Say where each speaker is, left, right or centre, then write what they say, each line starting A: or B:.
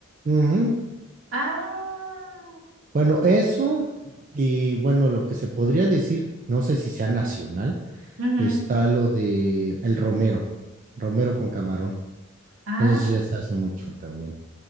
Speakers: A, on the right; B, on the right.
A: Ujú.
B: Ah.
A: Bueno, eso y bueno, lo que se podría decir, no sé si sea nacional,
B: ujú.
A: está lo de el romero, romero con camarón.
B: Ah,
A: Eso sí se hace mucho también.